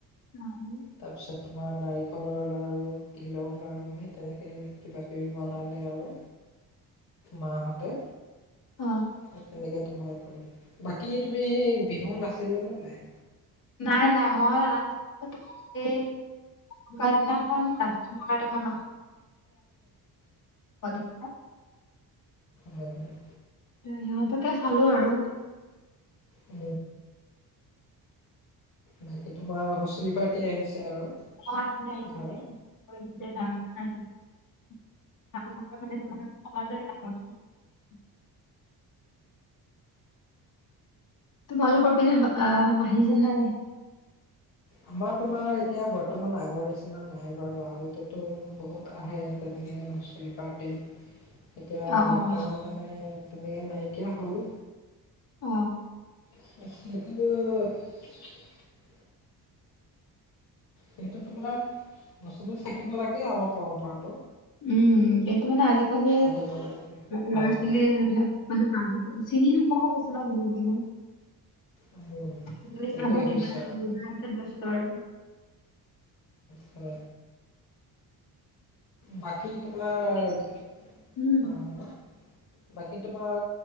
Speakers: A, on the left; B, on the left.
A: আৰু
B: তাৰপিছত তোমাৰ নাৰিকলৰ লাড়ু তিলৰ লাাড়ু সেই তেনেকৈ কিবাকিবি বনালে আৰু মা সতে
A: অ
B: হে তেনেকে তোমাৰ বাকী তুমি এই বিহু নাচিলা নে নাই
A: নাই নাই মল ন <unintelligible> ক নখন ন <unintelligible> <inaudible>
B: হয় হয়
A: সিহঁতকে চালো আৰু
B: উ বাকী তোমাৰ হুঁচৰি পাতি আহিছে আৰু
A: অ
B: ঘৰত
A: না
B: হয়
A: <unintelligible> তাৰ মানে তোমাৰ সমাজৰ আগত তোমালোকৰ পিনে আহ আহিছে নাই
B: আমাৰ তোমাৰ এতিয়া বৰ্তমান আগৰ নিচিনা নাই বাৰু আগতেতো বহুত আহে তেনেকে হুচৰি পাৰটি এতিয়া
A: অ
B: বৰ্তমানত
A: অ
B: মানে তেনেকৈ নাইকিয়া হ'ল
A: অ
B: সেইহেত সেইটো তোমাৰ বস্তুটো থাকিব লাগে আমাৰ পৰম্পৰাতটো
A: উম কিন্তু মানে আজিকালি
B: আহিব লাগে
A: ল'ৰা
B: হয়
A: ছোৱালীয়ে এইবিলাক মানে পাহৰি চিনি নোপোৱা হৈ গৈছে ন দিনক দিনে,
B: উম
A: <unintelligible>
B: সেইটোৱে
A: আৰু
B: হৈছে খাল বাকী তোমাৰ
A: উম
B: অ বাকী তোমাৰ